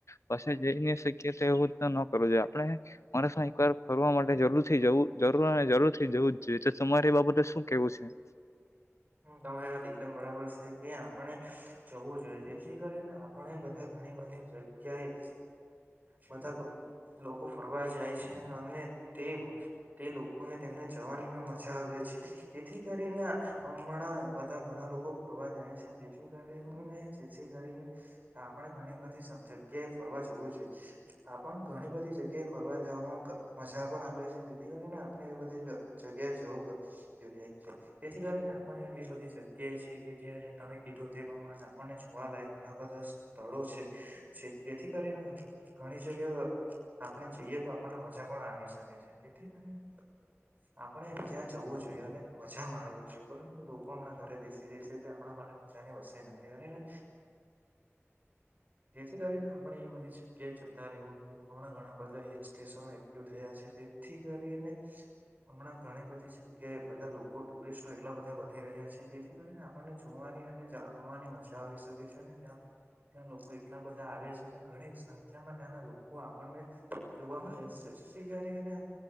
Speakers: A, on the left (about 75°); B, on the right (about 35°).
A: પછી જઈ ન શકીએ તો એવું ન કરવું જોઈએ આપણે મારે એક વાર ફરવા માટે જરૂર થી જવું જરૂર જરૂર થી જવું જ જોઈએ તો તમારે બાબતે શું કેવું છે.
B: તમારી વાત એકદમ બરાબર છે, કે આપણે જવું જોઈએ જેથી કરીને પણ એ બધા ઘણી બધી જગ્યાએ બધા લોકો ફરવા જાય છે, અને તે તે લોકોને તેમને જવાની મે મજા આવે છે. જેથી કરીને હમણાં બધા ઘણા લોકો ફરવા જાય છે, જેથી કરીને જેથી કરીને આપણે ઘણી બધી જગ્યાએ ફરવા જવું જોઈએ આપણ ઘણી બધી જગ્યાએ ફરવા જવામાં મજા પણ આવે છે, જેથી કરીને આપણે એ બધી જગ્યાએ જવું જોઈએ તેથી કરીને આપણે એવી બધી જગ્યાએ છે, કે જ્યાં તમે કીધું તે પ્રમાણે આપણને જોવા યક ઘણા બધા સ્થળો છે, જેથી કરીને ઘણી જગ્યા આપણે જઈએ તો આપણને મજા પણ આવી શકે છે, જાને જેથી કરી ને આપડે ત્યાં જવું જોઈએ અને મજા માણવી જોઈએ પરંતુ લોકો હમણાં ઘરે બેસી જ છે, તે આપણા માટે મજાની વ્ય નથી અ જેથી કરીને આપણે એ બધી જગ્યાએ જતા રહેવું જોઈએ હમણાં ઘણા બધા હિલ સ્ટેશનો એક્ટિવ થયા છે. થી કરીને હમણાં ઘણી બધી જગ્યાએ બધા લોકો ટુરિસ્ટો એટલા બધા વધી રહ્યા છે જેથી કરીને આપણને જોવાની અને જાવાની મજા આવી શકે ત્યા ત્યાં લોકો એટલા બધા આવે છે, અને ઘણી સંખ્યામાં ત્યાંના લોકો આપણને જોવા મળે છે, જેથી કરીને